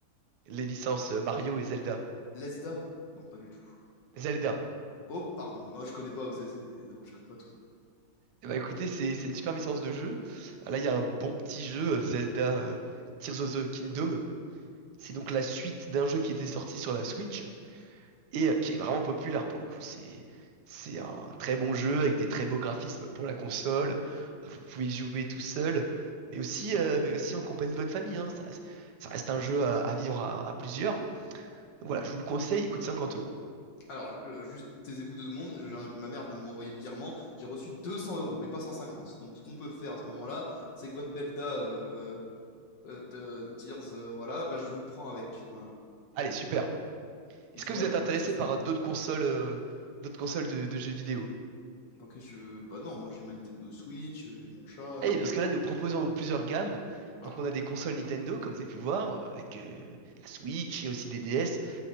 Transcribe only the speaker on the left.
Lesda? Non, pas du tout.
Oh, pardon. Non, je connais pas. c'est- c'est- Non, je connais pas tout ça.
Alors, euh, juste taisez-vous deux secondes. Je- je- ma mère vient de m'envoyer le virement. J'ai reçu 200 euros et pas 150. Donc, ce qu'on peut faire à ce moment-là, c'est que votre Belda euh, euh, de Tears, euh, voilà, bah, je vous le prends avec. Voilà.
Et
je
vois
avec
ma petite femme.
Ok, je... Bah non, moi j'ai ma Nintendo Switch, euh, j'ai mon chat,
non.
Ah,